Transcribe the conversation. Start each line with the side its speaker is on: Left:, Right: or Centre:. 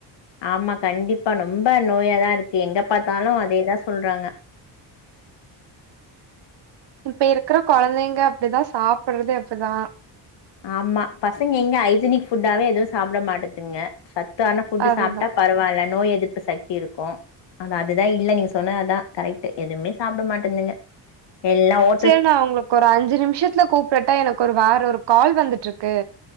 Left: ஆமா கண்டிப்பா நொம்ப நோயாதா இருக்கு எங்க பாத்தாலு அதேதா சொல்றாங்க
Right: இப்ப இருக்கற கொழந்தைங்க அப்டிதா சாப்புட்றதே அப்டிதா
Left: ஆமா பசங்க எங்க ஹைஜினிக் ஃபுட்டாவே எதுவு சாப்ட மாட்டதுங்க சத்தான ஃபுட்
Right: அதுதா
Left: சாப்ட்டா பரவால நோய் எதிர்ப்பு சக் தி இருக்கு அந்த அதுதா இல்ல நீங்க சொன்ன அதா கரெக்ட்டு எதுவுமே சாப்ட மாட்டந்துங்க எல்லா ஒ
Right: சேர் நா உங்களுக்கு ஒரு அஞ்சு நிமிஷத்துல கூப்பிடட்டா எனக்கு ஒரு வேற ஒரு கால் வந்துட்டுருக்கு